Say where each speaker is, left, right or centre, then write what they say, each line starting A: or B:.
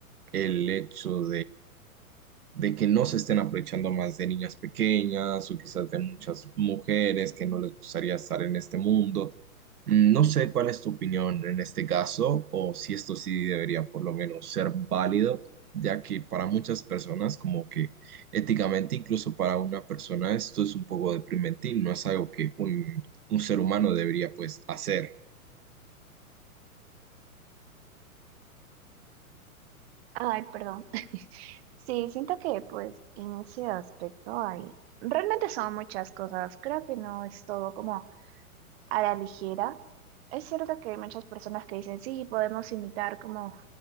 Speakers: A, on the right (about 85°); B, on the right (about 45°).
A: el hecho de que no se estén aprovechando más de niñas pequeñas o quizás de muchas mujeres que no les gustaría estar en este mundo. Mm, No sé cuál es tu opinión en este caso o si esto sí debería por lo menos ser válido, ya que para muchas personas como que éticamente, incluso para una persona, esto es un poco deprimente y no es algo que un, un ser humano debería pues hacer.
B: Ay, perdón. <laughs> Sí, siento que pues en ese aspecto hay, realmente son muchas cosas, creo que no es todo como a la ligera. Es cierto que hay muchas personas que dicen, sí, podemos imitar como